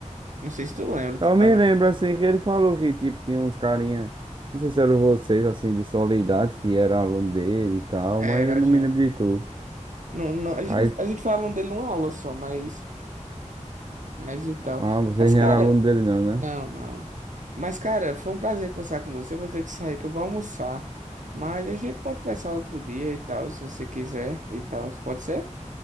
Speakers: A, on the right (about 75°); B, on the right (about 40°).
A: Não sei se tu lembra, tu
B: Eu
A: tava...
B: me lembro assim que ele falou que tipo tinha uns carinha, não sei se eram vocês assim de Soledade, que era aluno dele e tal,
A: é,
B: mas
A: Era
B: eu não
A: a gente.
B: me lembro de tu.
A: Não, não, a gente,
B: Aí,
A: não- a gente falou dele numa aula só, mas... Mas e tal.
B: ah, vocês
A: Mas,
B: não
A: cara,
B: eram aluno dele não, né?
A: Não, não. Mas, cara, foi um prazer conversar com você. Eu vou ter que sair, que eu vou almoçar. Mas a gente pode conversar outro dia e tal, se você quiser e tal. Pode ser?